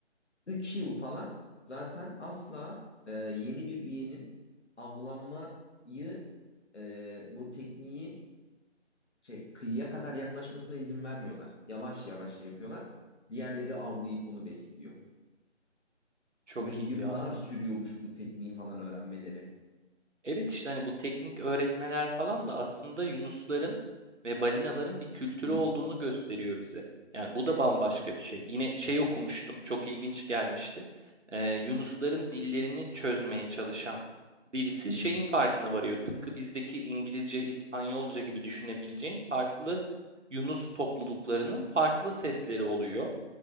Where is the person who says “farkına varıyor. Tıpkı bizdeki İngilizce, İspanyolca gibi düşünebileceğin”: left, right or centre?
Right